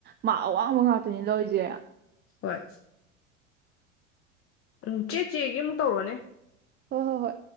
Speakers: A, on the right (about 25°); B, on the left (about 35°).
A: ꯃꯥꯥꯛ ꯑꯋꯥꯡꯕ ꯉꯥꯛꯇꯅꯤ ꯂꯧꯔꯤꯁꯦ
B: ꯍꯣꯏ ꯎꯝ ꯆꯦ ꯆꯦꯒꯤ ꯑꯃꯨꯛ ꯇꯧꯔꯣꯅꯦ
A: ꯍꯣꯏ ꯍꯣꯏ ꯍꯣꯏ